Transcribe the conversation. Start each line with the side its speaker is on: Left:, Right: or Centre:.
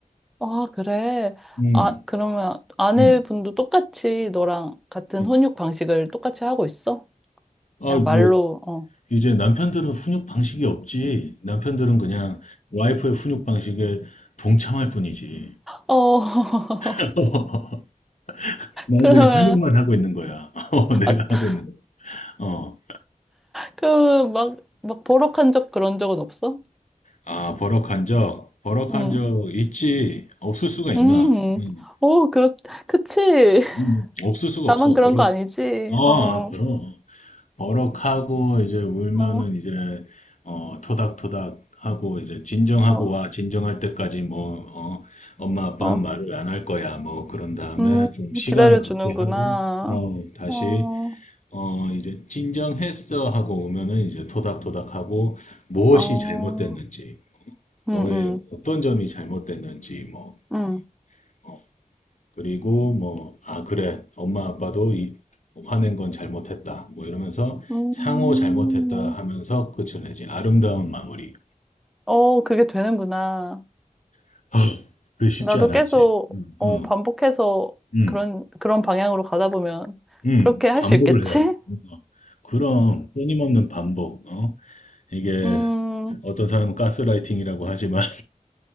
Centre: 아, 그래.
Left: 음,
Centre: 아, 그러면 아내분도
Left: 음,
Centre: 똑같이 너랑 같은
Left: 음.
Centre: 혼육 방식을 똑같이 하고 있어?
Left: 아,
Centre: 그냥
Left: 뭐
Centre: 말로, 어.
Left: 이제 남편들은 훈육 방식이 없지. 남편들은 그냥 와이프의 훈육 방식에 동참할 뿐이지.
Centre: 어,
Left: <laughs>
Centre: <laughs>
Left: 나는
Centre: 그러면,
Left: 그냥 설명만 하고 있는 거야. <laughs> 어,
Centre: 아,
Left: 내가 하고 있는 거야. 어.
Centre: 그, 막, 막 버럭한 적 그런 적은 없어?
Left: 아, 버럭한 적, 버럭한
Centre: 응,
Left: 적 있지. 없을 수가 있나?
Centre: 음,
Left: 음,
Centre: 오, 그렇, 그치. <laughs>
Left: 음, 없을 수가
Centre: 나만
Left: 없어.
Centre: 그런
Left: 버럭.
Centre: 거 아니지.
Left: 아,
Centre: 어,
Left: 그럼. 버럭하고 이제 울면은
Centre: 어,
Left: 이제 어, 토닥토닥 하고 이제 진정하고
Centre: 어,
Left: 와. 진정할 때까지 뭐 어, 엄마 아빠는
Centre: 어.
Left: 말을 안 할 거야. 뭐 그런 다음에
Centre: 음,
Left: 좀 시간을
Centre: 기다려주는구나.
Left: 갖게 하고 어, 다시
Centre: 어,
Left: 어, 이제 진정했어 하고 오면은 이제 토닥토닥 하고 무엇이
Centre: 어,
Left: 잘못됐는지
Centre: 음,
Left: 너의
Centre: 음,
Left: 어떤 점이 잘못됐는지 뭐
Centre: 음.
Left: 어, 그리고 뭐 아 그래 엄마 아빠도 이 화낸 건 잘못했다 뭐 이러면서
Centre: 음,
Left: 상호 잘못했다 하면서 끝을 내지 아름다운 마무리
Centre: 어, 그게 되는구나.
Left: <gasps> 아, 그게 쉽지
Centre: 나도
Left: 않았지
Centre: 계속,
Left: 응,
Centre: 어,
Left: 응,
Centre: 반복해서
Left: 응.
Centre: 그런, 그런 방향으로 가다 보면
Left: 응.
Centre: 그렇게 할
Left: 반복을
Centre: 수 있겠지?
Left: 해야 돼 어. 어. 그럼 끊임없는 반복 어? 이게
Centre: 음,
Left: 어떤 사람은 가스라이팅이라고 하지만